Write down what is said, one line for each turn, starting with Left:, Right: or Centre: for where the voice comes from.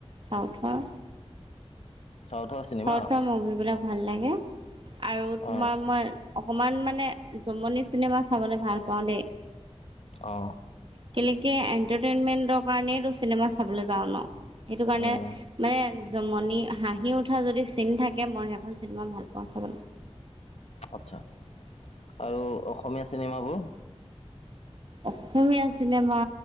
Right: চাওথৰ
Left: চাউথৰ চিনেমা
Right: চউথৰ মুভি বিলাক ভাল লাগে আৰু তোমাৰ
Left: অ
Right: মই অকমান মানে জমনি চিনেমা চাবলৈ ভাল পাওঁ দেই।
Left: অ
Right: কেনেকে এণ্টাৰটেইনমেন্টৰ কাৰণেইটো চিনেমা চাবলৈ যাওঁ ন সেইটো কাৰণে
Left: উম
Right: মানে জমনি হাঁহি উঠি কথা যদি চিনি থাকে মই সেইখন চিনেমা ভাল পাওঁ চাবলে।
Left: আচ্ছা আৰু অসমীয়া চিনেমাবোৰ
Right: অসমীয়া চিনেমা